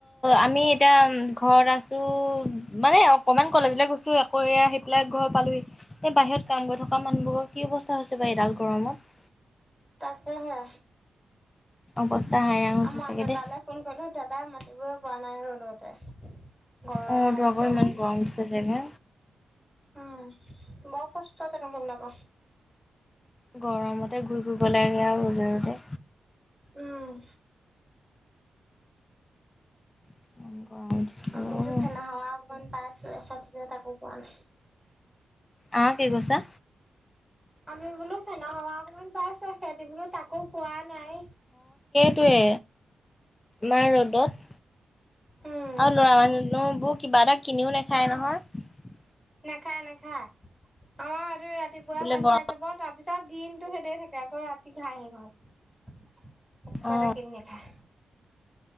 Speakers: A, on the left; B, in the centre.
A: আমি এতিয়া ঘৰত আছো মানে অকমান কলেজ। এই কৈছো এ আকৌ আহি পেলাই ঘৰ পালো এই বাহিৰত কাম গৈ থকা মানুহবোৰৰ কি অৱস্থা হৈছে বাৰ এইডাল গৰমত।
B: তাকে হে।
A: অৱস্থা হাইৰাণ হৈছে
B: আমাৰ
A: চাগে
B: দাদালে
A: দেই
B: ফোন কলো দাদা ম পোৱা নাই ৰ'দোতে গৰম
A: অ তো
B: একদম
A: আকৌ ইমান গৰম দিছে চাগে
B: উম বহ কষ্ট তে নকমিলাক
A: গৰমতে ঘূৰি ফুৰিব লাগে আৰু জোৰতে
B: উম
A: ইমান গৰম দিছে
B: আমিতো
A: অ
B: ফেনা হাৱা অকমান পাই আছো এখ যে তাকো পোৱা নাই
A: অ কেেই কুৱছা
B: আমি বোলো ফেনা হাৱা অকমান পাইছো সিহঁতি বোলো তাকো পোৱা নাই
A: য়ে মাৰ ৰ'দত
B: উম,
A: আৰু লৰা মানুোবোৰ কিবা এটা কিনিও নেখায় নহয়
B: না খা না খা আমাৰ আৰু ৰাতিপুৱাই
A: বোলে
B: ভাত
A: গৰম
B: খাই যাব তাৰ পিছত দিনতটো সেইদ থাকে আকৌ ৰাতি ঘাঁহি ঘৰত কইতটা
A: অ
B: কেিন নখা